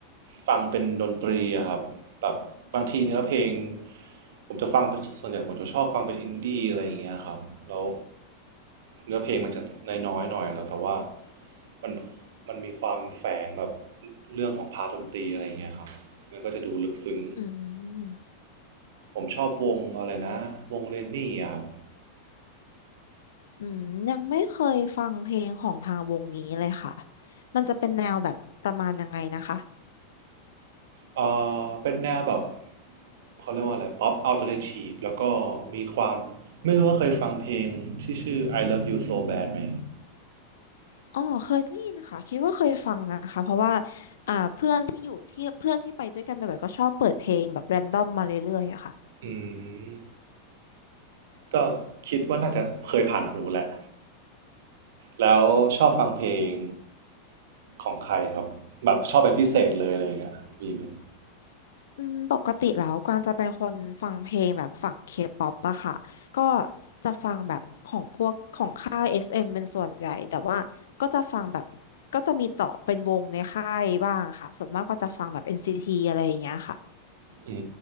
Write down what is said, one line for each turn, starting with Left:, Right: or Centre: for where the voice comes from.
Right: ฟังเป็นดนตรีอะครับแบบบางทีเนื้อเพลงผมจะฟังเป็นส่วนใหญ่ผมจะชอบฟังเป็นอินดี้อะไรอย่างเงี้ยครับ แล้วเนื้อเพลงมันจะน้อยๆหน่อยแล้วแต่ว่ามันมันมีความแฝงแบบเรื่องของพาร์ทดนตรีอะไรอย่างเงี้ยครับมันก็จะดูลึกซึ้ง
Left: อืม
Right: ผมชอบวงอะไรนะวงเรนนี่อะครับ
Left: อืมยังไม่เคยฟังเพลงของทางวงนี้เลยค่ะมันจะเป็นแนวแบบประมาณยังไงนะคะ
Right: เออเป็นแนวแบบเขาเรียกว่าอะไรป๊อปอัลเทอร์เนทีฟแล้วก็มีความไม่รู้ว่าเคยฟังเพลงที่ชื่อ I Love You So Bad ไหม
Left: อ๋อเคยได้ยินค่ะคิดว่าเคยฟังนะคะเพราะว่าอ่าเพื่อนที่อยู่ที่เพื่อนที่ไปด้วยกันบ่อยๆก็ชอบเปิดเพลงแบบแรนดอมมาเรื่อยๆอะค่ะ
Right: อืมก็คิดว่าน่าจะเคยผ่านหูแหละแล้วชอบฟังเพลงของใครครับแบบชอบเป็นพิเศษเลยอะไรอย่างเงี้ยมีไหม
Left: อืมปกติแล้วกางจะเป็นคนฟังเพลงแบบฝั่งเคป๊อปอะค่ะก็จะฟังแบบของพวกของค่ายเอสเอ็มเป็นส่วนใหญ่แต่ว่าก็จะฟังแบบก็จะมีเจาะเป็นวงในค่ายบ้างค่ะส่วนมากก็จะฟังแบบเอ็นซีทีอะไรอย่างเงี้ยค่ะ
Right: อื